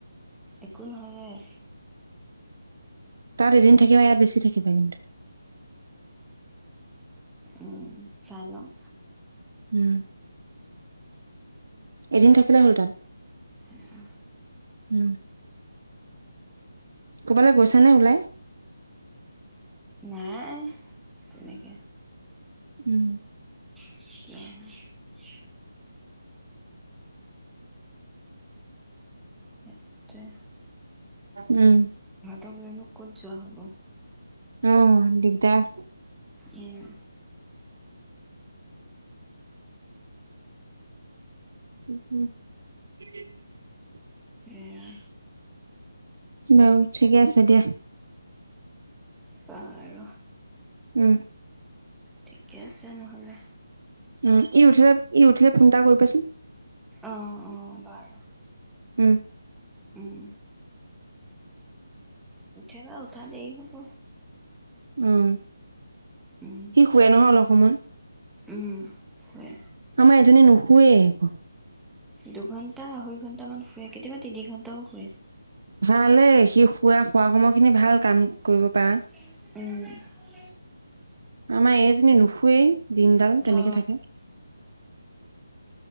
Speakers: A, in the centre; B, on the right.
A: একো নহয়
B: তাৰ এদিন থাকিবা ইয়াৰ বেছি থাকিবা কিন্তু
A: উম চাই লওঁ
B: উম এদিন থাকিলে হল তাত
A: আহ
B: উম ক'বালৈ গৈচে নে ওলাই।
A: নাই, তেনেকে।
B: উম
A: <unintelligible> <unintelligible>
B: অ উম।
A: তক লৈনো ক'ত যোৱা হ'ব।
B: অঁ, দিগদাৰ
A: উম
B: <unintelligible>
A: এয়া।
B: বাৰু, ঠিকে আছে দিয়া।
A: বাৰু
B: উম।
A: ঠিকে আছে, নহ'লে।
B: উম, ই উঠিলে ই উঠিলে, ফোন এটা কৰিবাচোন।
A: অ অ', বাৰু।
B: উম।
A: উম উঠে বা উঠা দেৰি হ'ব।
B: উম,
A: উম
B: সি শুৱে নহয়, অলপ সময়।
A: উম শুৱে
B: আমাৰ এজনীয়ে নুশুৱে একো।
A: দুঘণ্টা আঢ়ৈ ঘণ্টামান শুৱে, কেতিয়াবা তিনি ঘণ্ট টাও শুৱে।
B: ভালেই, সি শুৱে, শুৱা সময়খিনি ভাল কাম কৰিব পাৰা।
A: উম।
B: আমাৰ এইজনী নুশোৱেই দিনডাল তেনেকে
A: অ
B: থাকে।